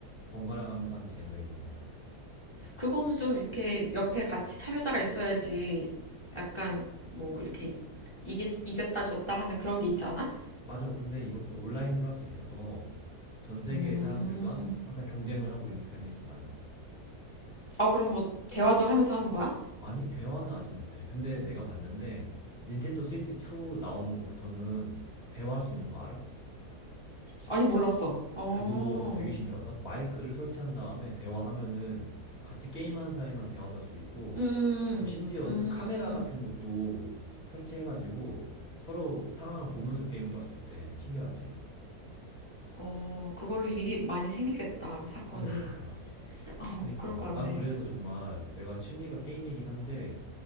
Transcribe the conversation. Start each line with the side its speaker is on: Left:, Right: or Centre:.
Centre: 번갈아 가면서 하는 재미가 있는 것 같아.
Left: 그거는 좀 이렇게 옆에 같이 참여자가 있어야지 약간 뭐 이렇게 이기, 이겼다 졌다 하는 그런 게 있지 않아?
Centre: 맞아. 근데 이것도 온라인으로 할 수 있어서 전 세계의
Left: 음.
Centre: 사람들과 항상 경쟁을 하고 있는 편이지, 나는.
Left: 아, 그럼 뭐 대화도 하면서 하는 거야?
Centre: 아니, 대화는 아직 못해. 근데 내가 봤는데 닌텐도 스위치 2 나오는 것부터는 대화할 수 있는 거 알아?
Left: 아니, 몰랐어. 어,
Centre: 그거 되게 신기하다. 마이크를 설치한 다음에 대화하면은 같이 게임하는 사람이랑 대화도 할 수 있고,
Left: 음,
Centre: 또 심지어는
Left: 음,
Centre: 카메라 같은 것도 설치해가지고 서로 상황을 보면서 게임도 할 수 있대. 신기하지?
Left: 어, 그걸로 일이 많이 생기겠다, 사건이.
Centre: <laughs>
Left: 어,
Centre: 그니까
Left: 그럴 것 같네.
Centre: 난 그래서 정말 내가 취미가 게임이긴 한데